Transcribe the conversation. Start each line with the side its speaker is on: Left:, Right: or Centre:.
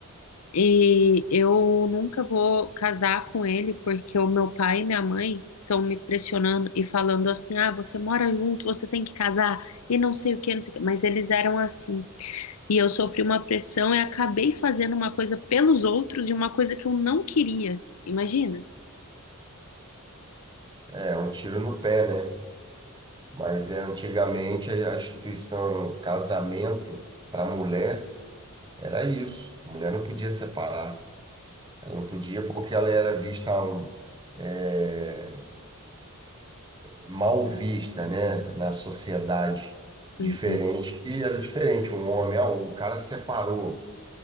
Left: e eu nunca vou casar com ele porque o meu pai e minha mãe estão me pressionando e falando assim: ah, você mora junto, você tem que casar e não sei o que, não sei o que. Mas eles eram assim e eu sofri uma pressão e acabei fazendo uma coisa pelos outros e uma coisa que eu não queria. Imagina?
Right: é um tiro no pé, né? Mas é, antigamente a instituição casamento para mulher era isso. A mulher não podia separar. Ela não podia porque ela era vista um, é, mal vista, né? Na sociedade diferente,
Left: Uhum.
Right: que era diferente. Um homem, ah, o cara separou.